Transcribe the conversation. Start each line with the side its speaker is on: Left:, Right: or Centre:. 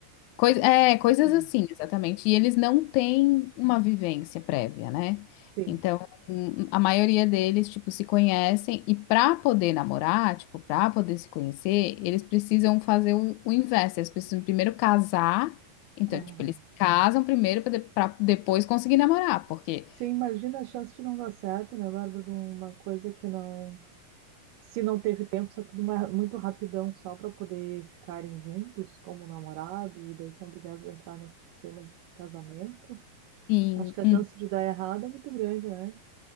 Left: Coisa, é, coisas
Right: É.
Left: assim, exatamente. E eles não têm uma vivência prévia, né?
Right: Sim.
Left: Então, a maioria deles, tipo, se conhecem e para poder namorar, tipo, para poder se conhecer, eles precisam fazer o, o inverso. Eles precisam primeiro casar. Então,
Right: Ah.
Left: tipo, eles casam primeiro para depois conseguir namorar, porque
Right: Sim, imagina a chance de não dar certo, né, Bárbara? De uma coisa que não. Se não teve tempo, se é tudo ma- muito rapidão só para poder ficarem juntos como namorados, e daí são obrigados a entrar nesse sistema de casamento.
Left: sim,
Right: Acho que a
Left: hum,
Right: chance de dar errado é muito grande, né?